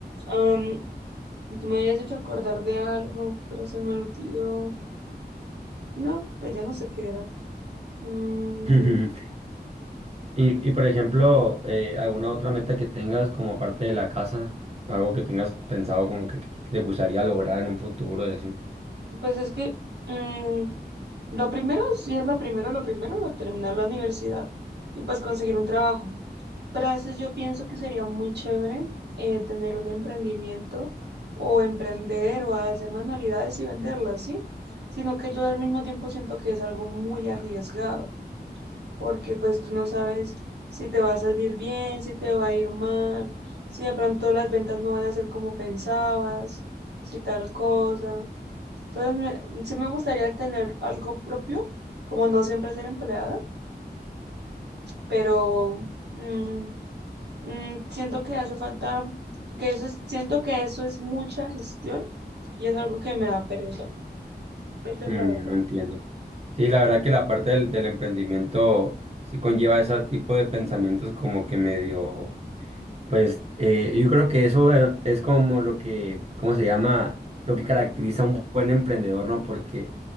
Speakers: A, on the right; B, on the right.
A: Am, tú me habías hecho acordar de algo, pero se me olvidó. No, pues ya no sé qué era. Mm,
B: <laughs> Y, y por ejemplo, eh, ¿alguna otra meta que tengas como aparte de la casa? Algo que tengas pensado como que, que te gustaría lograr en un futuro y así.
A: pues es que mm, lo primero, sí es lo primero, lo primero, lo terminar la universidad y pues conseguir un trabajo. Pero a veces yo pienso que sería muy chévere eh, tener un emprendimiento o emprender o hacer manualidades y venderlas, ¿sí? Sino que yo al mismo tiempo siento que es algo muy arriesgado, porque pues tú no sabes si te va a salir bien, si te va a ir mal, si de pronto las ventas no van a ser como pensabas, si tal cosa. Entonces, me- sí me gustaría tener algo propio, como no siempre ser empleada, pero... mm, Mm, siento que hace falta, que eso es- siento que eso es mucha gestión y es algo que me da pereza. Esa
B: Mm,
A: es la verdad.
B: no entiendo. Sí, la verdad que la parte del, del emprendimiento sí conlleva ese tipo de pensamientos como que medio, pues eh, yo creo que eso eh, es como lo que, ¿cómo se llama? Lo que caracteriza a un buen emprendedor, ¿no? Porque